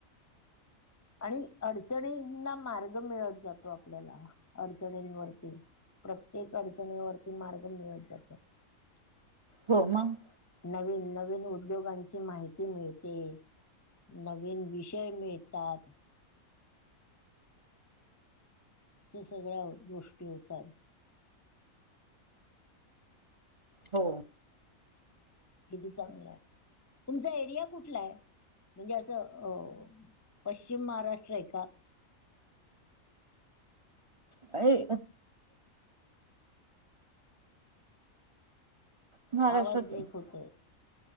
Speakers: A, on the left; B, on the right.
A: आणि अडचणींना मार्ग मिळत जातो आपल्याला अडचणींवरती. प्रत्येक अडचणीवरती मार्ग मिळत जातो.
B: हो मग.
A: नवीन -नवीन उद्योगांची माहिती मिळते. नवीन विषय मिळतात. <inaudible> असे सगळ्या गोष्टी होतात.
B: हो
A: किती चांगलं आहे. तुमचा एरिया कुठला आहे? म्हणजे असं अ पश्चिम महाराष्ट्र आहे का?
B: <inaudible> महाराष्ट्रात
A: आवाज ब्रेक होतोय.